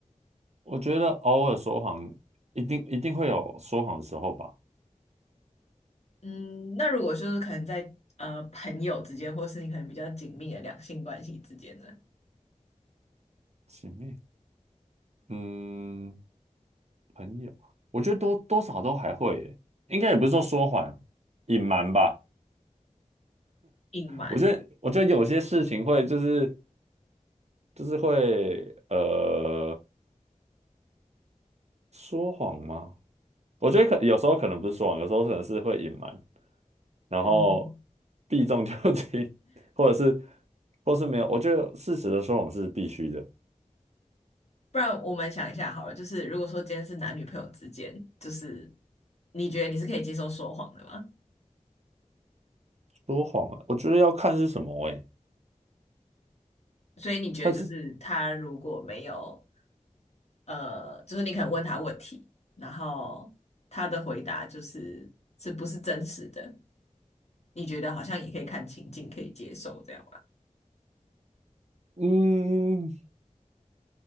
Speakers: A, on the right (about 55°); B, on the left (about 55°).
A: 我觉得偶尔说谎，一定一定会有说谎的时候吧。
B: 嗯，那如果就是可能在呃朋友之间，或是你可能比较紧密的两性关系之间呢，
A: 前面嗯，朋友，我觉得多多少都还会耶，应该也不是说说谎，隐瞒吧。
B: 隐瞒，
A: 我觉得，我觉得有些事情会就是就是会呃说谎吗？我觉得可有时候可能不是说谎，有时候可能是会隐瞒，然后
B: 嗯哼。
A: 避重就轻，或者是或是没有。我觉得事实的说谎是必须的。
B: 不然我们想一下好了，就是如果说今天是男女朋友之间，就是你觉得你是可以接受说谎的吗？
A: 说谎啊，我觉得要看是什么诶。
B: 所以你觉得就是他如果没有，
A: 但是
B: 呃，就是你可能问他问题，然后他的回答就是是不是真实的，你觉得好像也可以看情境可以接受这样吧？
A: 嗯